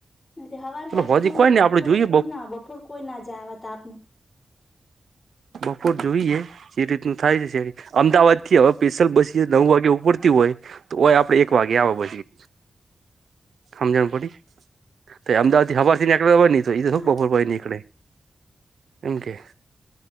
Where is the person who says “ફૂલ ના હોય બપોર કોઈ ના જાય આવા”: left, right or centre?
Left